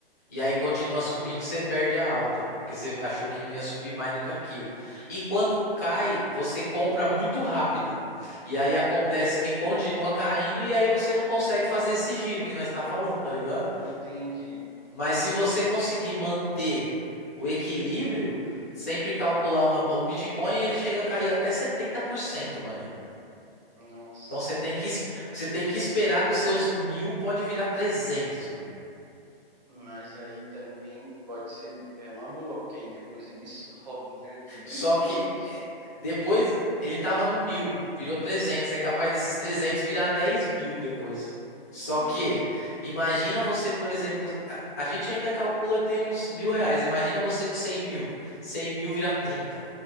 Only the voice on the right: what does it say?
Ah,
entendi.
Nossa.
Mas aí também pode ser é uma boa, porque aí depois ele <laughs> sobe, né? Tudo
isso
de novo.
Uhum.